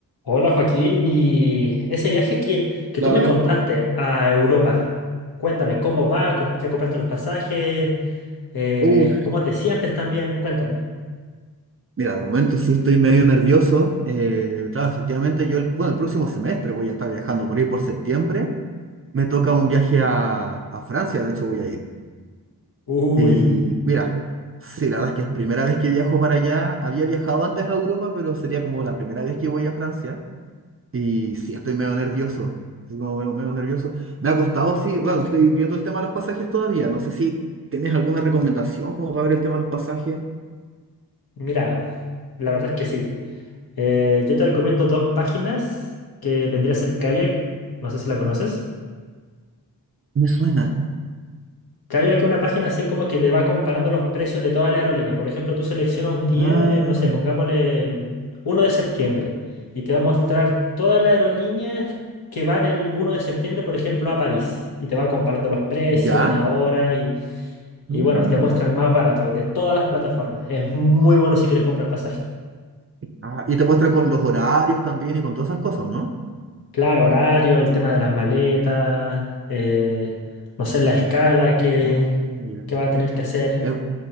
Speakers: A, on the left; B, on the right.
A: Hola Joaquín, y ese viaje que, que
B: La
A: tú me
B: verdad.
A: contaste a Europa, cuéntame, ¿cómo va? ¿Com- ¿Qué compraste los pasajes? Eh,
B: Uy,
A: ¿cómo te sientes también? Cuéntame.
B: mira, de momento sí estoy medio nervioso. Eh, claro, efectivamente, yo el, bueno, el próximo semestre voy a estar viajando por ahí por septiembre. Me toca un viaje a, a Francia, de hecho voy a ir.
A: Uy,
B: Y mira, sí, la verdad es que es primera vez que viajo para allá. Había viajado antes a Europa, pero sería como la primera vez que voy a Francia. Y sí, estoy medio nervioso. Así como medio, medio nervioso. Me ha costado, sí, bueno, estoy viendo el tema de los pasajes todavía. No sé si tienes alguna recomendación como para ver el tema de los pasajes.
A: mira, la verdad es que sí. Eh, yo te recomiendo dos páginas que vendría a ser Kayak, no sé si la conoces.
B: Me suena.
A: Que hay aquí una página así como que te va comparando los precios de toda la aerolínea. Por ejemplo, tú seleccionas un día,
B: Ah,
A: eh, no sé, pongámosle el uno de septiembre y te va a mostrar todas las aerolíneas que van el uno de septiembre, por ejemplo, a París. Y te va comparando los precios,
B: ¿ya?
A: la hora y, y
B: Mm.
A: bueno, te muestra el más barato de todas las plataformas. Es muy bueno si quieres comprar pasajes.
B: Ah, y te muestra con los horarios también y con todas esas cosas, ¿no?
A: Claro, horario, el tema de las maletas, eh, no sé, la escala que,
B: Ah, ya.
A: que va a tener que hacer.
B: Es,